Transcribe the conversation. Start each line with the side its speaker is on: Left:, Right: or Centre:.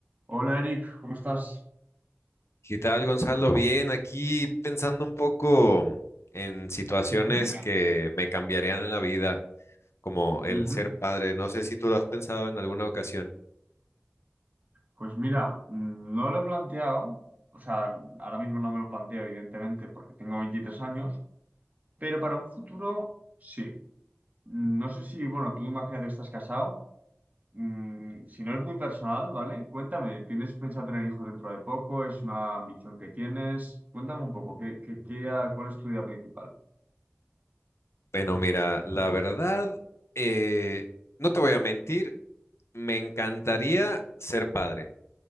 Right: Hola Eric, ¿cómo estás?
Left: ¿Qué tal, Gonzalo? Bien, aquí pensando un poco en situaciones
Right: Ujú,
Left: que me cambiarían la vida, como el
Right: ujú.
Left: ser padre. No sé si tú lo has pensado en alguna ocasión.
Right: Pues mira, mm, no lo he planteado, o sea, ahora mismo no me lo planteo, evidentemente, porque tengo 23 años, pero para un futuro sí. No sé si, bueno, tú imagínate, estás casado, mm, si no es muy personal, ¿vale? Cuéntame, ¿tienes pensado tener hijos dentro de poco? ¿Es una ambición que tienes? Cuéntame un poco, ¿qué, qué, qué- cuál es tu idea principal?
Left: Bueno, mira, la verdad, eh, no te voy a mentir, me encantaría ser padre.